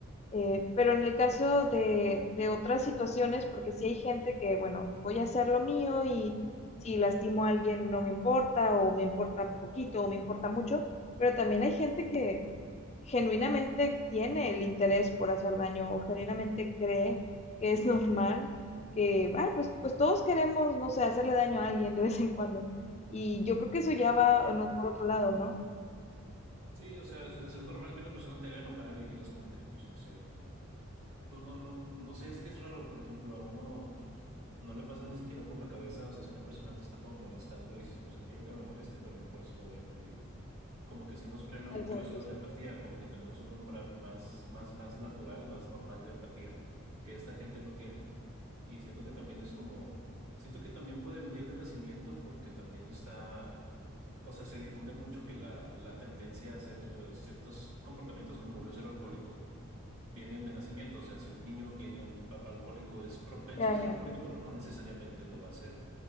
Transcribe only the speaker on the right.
Sí.
Sí, o sea, es, es normal que una persona te haga enojar y digas como que, pues, no sé, me, Pues no, no, no sé, es que es raro, por ejemplo, a uno no le pasa ni siquiera por la cabeza, o sea, si una persona te está como molestando, dices, pues no quiero que me moleste, pero no por eso lo voy a agredir. Como que sí nos frena mucho
eso de
la empatía, como que tenemos un umbral más, más, más natural, más normal de empatía, que esta gente no tiene. Y siento que también es como, siento que también puede venir de nacimiento porque también está, o sea, se difunde mucho que la, la tendencia a hacer ciertos comportamientos como lo es el alcohólico vienen de nacimiento. O sea, si un niño tiene un papá alcohólico, es propenso
a ser
alcohólico, pero no necesariamente lo va a ser.